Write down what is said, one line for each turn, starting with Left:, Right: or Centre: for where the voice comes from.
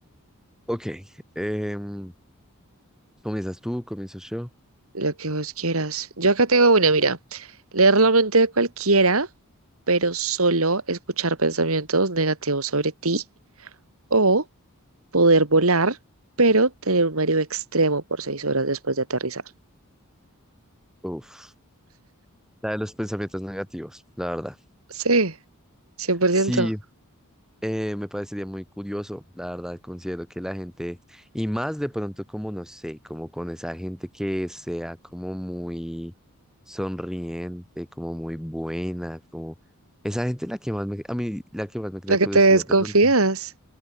Centre: Ok, em, ¿comienzas tú? ¿Comienzo yo?
Right: Lo que vos quieras. Yo acá tengo una, mira. Leer la mente de cualquiera, pero solo escuchar pensamientos negativos sobre ti. O poder volar, pero tener un mareo extremo por seis horas después de aterrizar.
Centre: Uf, la de los pensamientos negativos, la verdad.
Right: Sí, cien por
Centre: Sí,
Right: ciento.
Centre: eh, me parecería muy curioso, la verdad, considero que la gente, y más de pronto como, no sé, como con esa gente que sea como muy sonriente, como muy buena, como esa gente la que más me, a mí la que más me crea
Right: La
Centre: curiosidad
Right: que te desconfías.
Centre: de pronto.